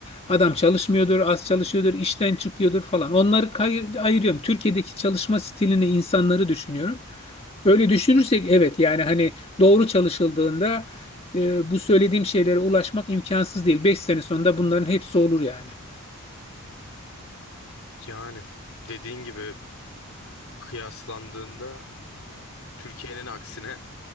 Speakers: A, on the left; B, on the left.
A: Adam çalışmıyordur, az çalışıyordur, işten çıkıyordur falan. Onları kay- ayırıyorum. Türkiye'deki çalışma stilini, insanları düşünüyorum. Öyle düşünürsek evet yani hani doğru çalışıldığında e, bu söylediğim şeylere ulaşmak imkansız değil. 5 sene sonunda bunların hepsi olur yani.
B: Yani dediğin gibi e, kıyaslandığında e, Türkiye'nin aksine